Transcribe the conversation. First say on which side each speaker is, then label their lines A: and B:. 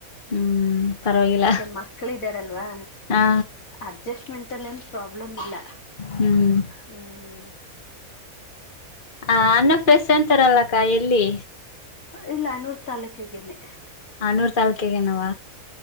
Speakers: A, on the left (about 35°); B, on the left (about 70°).
A: ಹ್ಮ್ ಪರವಾಗಿಲ್ಲ
B: ಮಕ್ಕಳ ಇದಾರಲ್ವಾ
A: ಹಾ
B: ಅಡ್ಜಸ್ಟ್ಮೆಂಟ್ ಅಲ್ಲಿ ಏನ್ ಪ್ರಬ್ ಉಳ್ಳ
A: ಹ್ಮ್
B: ಹ್ಮ್
A: ಹ ಅನ್ನ ಪ್ರೆಶ್ ಅಂತಾರಲ್ಲಕ್ಕ ಎಲ್ಲಿ
B: ಇಲ್ಲ ನೂರು ತಾಲೂಕಗೇನೆ
A: ಹನೂರ್ ತಾಲೂಕೆಗೆನಾವ